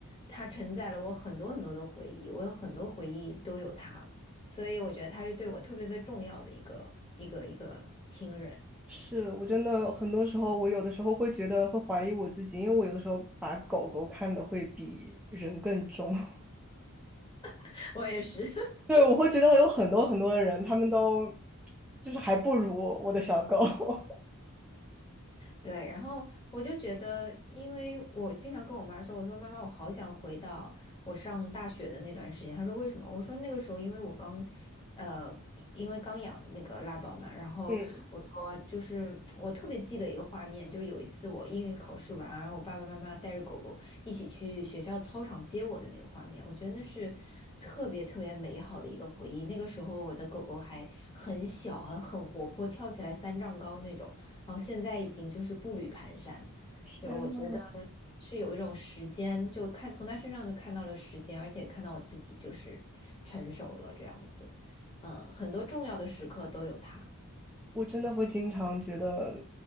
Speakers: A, on the left; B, in the centre.
A: 她承载了我很多很多的回忆，我有很多回忆都有她，所以我觉得她是对我特别特别重要的一个一个一个亲人，
B: 是我真的很多时候，我有的时候会觉得会怀疑我自己，因为我有的时候把狗狗看得会比人更重。<laughs>
A: <laughs> 我也是，
B: 对，我会觉得有很多很多的人，他们都就是还不如我的小狗。<laughs>
A: 对，然后我就觉得，因为我经常跟我妈说，我说妈妈，我好想回到我上大学的那段时间。她说为什么？我说那个时候因为我刚，呃，因为刚养那个拉宝嘛，然后我说就是我特别记得一个画面，
B: 嗯，
A: 就有一次我英语考试完，然后我爸爸妈妈带着狗狗一起去学校操场接我的那个画面，我觉得那是特别特别美好的一个回忆。那个时候我的狗狗还很小，还很活泼，跳起来三丈高那种。然后现在已经就是步履蹒跚，
B: 天呐，
A: 就我觉得是有一种时间，就看从他身上就看到了时间，而且看到我自己就是成熟了这样子，嗯，很多重要的时刻都有他，
B: 我真的会经常觉得，